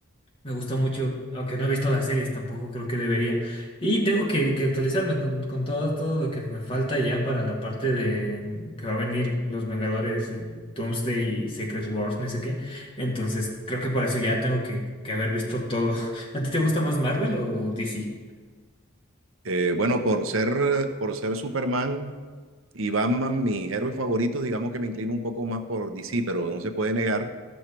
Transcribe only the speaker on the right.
Eh, bueno, por ser, por ser Superman y Batman mis héroes favoritos, digamos que me inclino un poco más por DC, pero no se puede negar